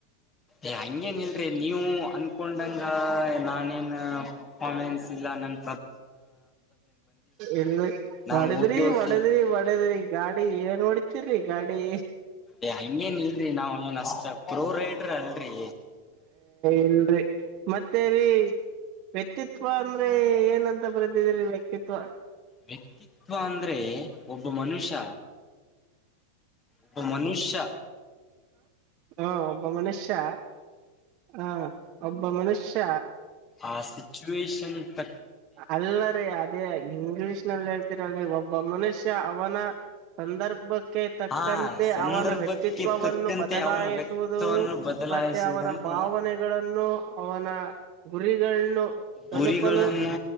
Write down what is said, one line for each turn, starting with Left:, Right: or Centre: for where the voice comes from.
Left: ಏ ಹಂಗೇನ ಇಲ್ರಿ ನೀವು ಅನ್ಕೊಂಡಂಗ ನಾನೇನ್ ನ ಪರ್ಫ್ಮೆನ್ಸ್ ಇಲ್ಲ ನನ್ನ
Right: ಇಲ್ಲ
Left: ನಾನು
Right: ಹೊಡದ್ರಿ
Left: ಓಕೆ ಓಕೆ
Right: ಹೊಡದ್ರಿ ಒಡದ್ರಿ ಗಾಡಿ ಏನ್ ನೋಡಿ ತಿರಿ ಗಾಡಿ
Left: ಏ ಹಂಗೇನ್ ಇಲ್ರರಿ ನಾವವು ಏನ್ ಅಷ್ಟ ಪ್ರೋ ರೈಡ್ರ ಅಲ್ರರಿ
Right: ಇಲ್ರಿ ಮತ್ತೆ ರೀ ವ್ಯಕ್ತಿತ್ವ ಅಂದ್ರೆ ಏನಂತ ಬರೆದಿದರಿ ವ್ಯಕ್ತಿತ್ವ
Left: ವ್ಯಕ್ತಿತ್ವ ಅಂದ್ರೆ ಒಬ್ಬ ಮನುಷ್ಯ ಒಬ್ಬ ಮನುಷ್ಯ
Right: ಹಾ ಒಬ್ಬ ಮನುಷ್ಯ ಹಾ ಒಬ್ಬ ಮನುಷ್ಯ
Left: ಆ ಸಿಚುಷನ್ ತ
Right: ಅಲ್ಲ ರೀ ಅದೇ ಇಂಗ್ಲಿಷ್ ನಲ್ಲಿ ಹೇಳ್ ಒಬ್ಬ ಮನುಷ್ಯ ಅವನ ಸಂದರ್ಭ ತಕ್ಕಂತೆ
Left: ಆ ಸಂದರ್ಭಕ್ಕೆ
Right: ಅವನ ವ್ಯಕ್ತಿತ್ವವನ್ನು
Left: ತಕ್ಕಂತೆ
Right: ಬದಲಾಯಿಸುವುದು
Left: ಅವನ ವ್ಯಕ್ತಿತ್ವವನ್ನು ಬದಲಾಯಿಸುವುದನ್ನು
Right: ಮತ್ತೆ ಅವನ ಭಾವನೆಗಳನ್ನು ಅವನ ಗುರಿಗಳನ್ನು ತಲುಪಲು
Left: ಗುರಿಗಳನ್ನು